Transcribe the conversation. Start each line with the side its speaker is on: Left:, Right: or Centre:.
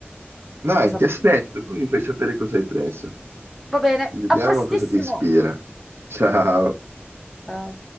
Right: Dai,
Centre: cosa
Right: ti
Centre: mi...
Right: aspetto, poi mi fai sapere cosa hai preso.
Centre: Va bene,
Right: Vediamo
Centre: a prestissimo.
Right: cosa ti ispira. Ciao.
Centre: Ciao.